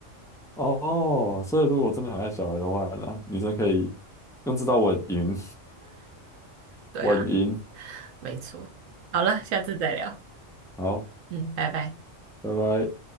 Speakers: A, in the centre; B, on the right (about 85°).
A: 哦。所以如果真的很爱小孩的话，那女生可以用这招稳赢，
B: 对啊，
A: 稳赢，
B: 没错。好了，下次再聊。
A: 好，
B: 嗯，拜拜。
A: 拜拜。